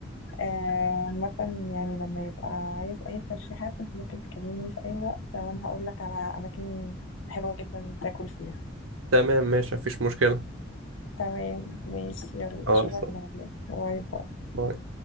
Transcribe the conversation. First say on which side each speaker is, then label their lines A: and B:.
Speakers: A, on the left; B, on the right.
A: آه، عامة يعني لما يبقى عايز اي ترشيحات انت ممكن تكلمني في اي وقت وانا هقول لك على اماكن حلوة جدا تاكل فيها
B: تمام ماشي مفيش مشكله
A: تمام ماشي يلا
B: خالص
A: اشوفك بعدين باي باي
B: باي